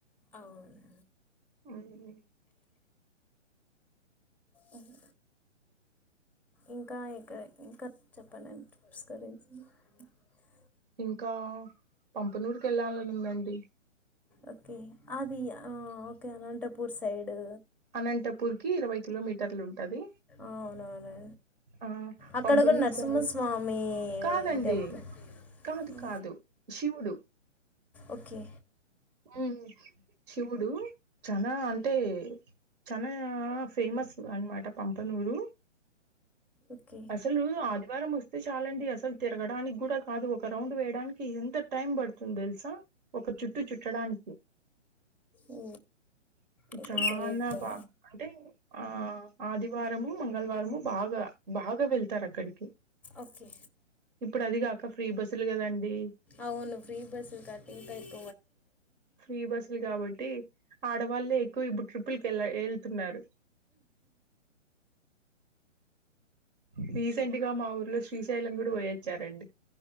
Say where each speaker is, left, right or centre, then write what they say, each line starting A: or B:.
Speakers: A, in the centre; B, on the right.
A: అవునండి.
B: మ్మ్
A: మ్మ్ ఇంకా ఇక్కడ ఇంకా చెప్పండి <unintelligible>
B: ఇంకా పంపనూరికి వెళ్ళాలనుదండి
A: ఓకే అది ఆ ఓకే అనంటపూర్ సైడు
B: అనంతపూర్ కి ఇరవై కిలోమీటర్లు ఉంటది
A: అవునవును
B: ఆ
A: అక్కడ
B: పంపనూరు
A: కూడా నరసింహస్వామి
B: చాలా కాదండి
A: టెంపుల్ అవునండి,
B: కాదు కాదు శివుడు
A: ఓకే
B: మ్మ్ శివుడు చానా అంటే చన ఫేమస్ అన్నమాట పంపనూరు
A: ఓకే
B: అసలు ఆదివారం వస్తే చాలండి అసలు తిరగడానికి కూడా కాదు ఒక రౌండ్ వేయడానికి ఎంత టైం పడుతుంది తెలుసా ఒక చుట్టు చుట్టడానికి
A: ఓ, అయితే
B: చానా
A: గ్రేట్ దా
B: బాగా అంటే ఆ ఆదివారము మంగళవారము బాగా బాగా వెళ్ తారు అక్కడికి
A: ఓకే
B: ఇప్పుడు అది కాక ఫ్రీ బస్సులు కదండి
A: అవును ఫ్రీ బస్సులు కడ్డితో ఏక్
B: ఫ్రీ బస్సులు కాబట్టి ఆడవాళ్ళే ఎక్కువ ఇప్ ట్రిపుల్ కెళ్లా ఏళ్తున్నారు ఫీస్ సెంట్ గా మా ఊర్లో శ్రీశైలం కూడా పోయిచ్చారండి